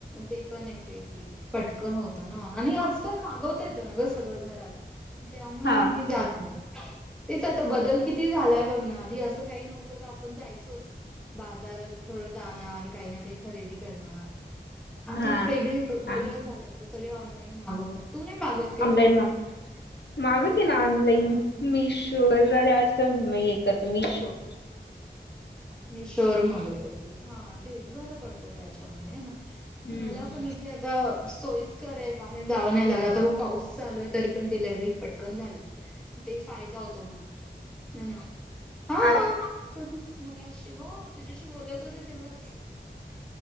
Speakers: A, in the centre; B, on the left.
A: ते पण एक आहे की पटकन होत न, आणि अस मागवता येत ना ग सगळं घरात, म त्यामुळे
B: हा.
A: मी जात नाही. तेच आता बदल किती झालाय बघ ना, आधी असं काही नव्हतं तर आपण जायचोच बाजारात थोडं जाणार, काही ना काही खरेदी करणार. आता
B: हा
A: वेगळीच वेगळं
B: हा.
A: झालय आता सगळे ऑनलाईन मागवतात, तू नाही मागवत?
B: ऑनलाईन मा मागवते ना ऑनलाईन, मिशो वर जरा मी हे करते मीशो
A: मीशो वर मागवत असतेस, हा तेच बरं पडतं त्याच्यामध्ये, हेना?
B: हम्म.
A: तुम्हाला पण इथे आता सोयीस्कर ये बाहेर जावं नाही लागत, आता बघ पाऊस चालू आहे तरी पण डिलेव्हरी पटकन झाली. ते फायदा होतो मग, हो ना. हां,
B: आला
A: कधीच मगाशी हो तुझ्याशी बोलत होते तेव्हाच